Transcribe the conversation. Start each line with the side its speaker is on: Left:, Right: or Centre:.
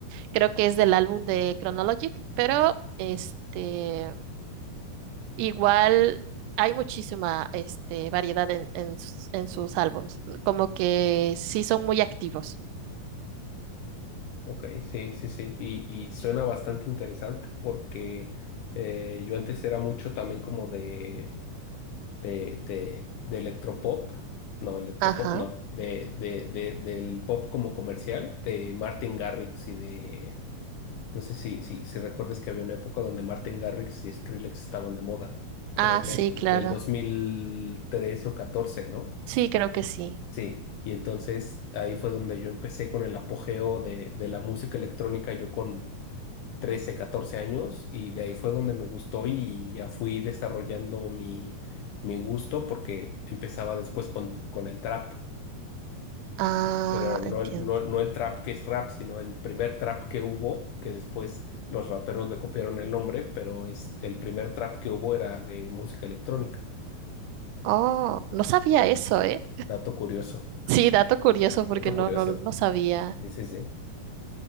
Right: creo que es del álbum de Chronologic, pero este, igual hay muchísima este, variedad en, en sus, en sus álbums, como que sí son muy activos.
Left: ok, sí, sí, sí. Y, y suena bastante interesante porque eh, yo antes era mucho también como de, de, de, de electropop. No, electropop
Right: Ajá.
Left: no. De, de, de, del pop como comercial, de Martin Garrix y de. No sé si, si, si recuerdas que había una época donde Martin Garrix y Skrillex estaban de moda, por
Right: Ah,
Left: ahí del,
Right: sí, claro.
Left: del 2013 o 14, ¿no?
Right: Sí, creo que sí.
Left: Sí, y entonces ahí fue donde yo empecé con el apogeo de, de la música electrónica, yo con 13 14 años, y de ahí fue donde me gustó y ya fui desarrollando mi, mi gusto porque empezaba después con, con el trap,
Right: Ah,
Left: pero no,
Right: entiendo.
Left: el- no, no el trap que es rap, sino el primer trap que hubo, que después los raperos le copiaron el nombre, pero es, el primer trap que hubo era de música electrónica.
Right: Oh, no sabía eso, ¿eh?
Left: Dato curioso,
Right: Sí, dato curioso porque
Left: dato
Right: no,
Left: curioso.
Right: no, no sabía.
Left: Sí, sí, sí.